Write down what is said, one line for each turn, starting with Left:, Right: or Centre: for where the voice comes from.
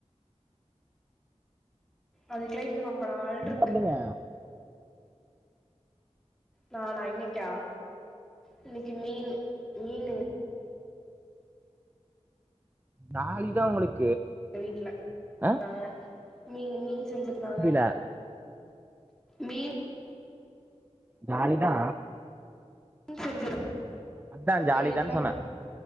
Centre: அதுக்கெல்லாம் இன்னும் ரொம்ப ரொம்ப நாள் இருக்கு
Right: எனக்கு அப்டிங்க
Centre: நானா இன்னைக்கா இன்னக்கி மீன் நீனு
Right: நாலி தா உங்களுக்கு
Centre: வீட்டு்ல
Right: ஆ
Centre: நாங்க மீன் மீன் செஞ்சிருந்தாங்க
Right: புரில
Centre: மீன்
Right: ஜாலி தா
Centre: மீன் செஞ்ச
Right: அதா
Centre: உங்க
Right: ஜாலிதான்
Centre: வீட்ல
Right: சொன்ன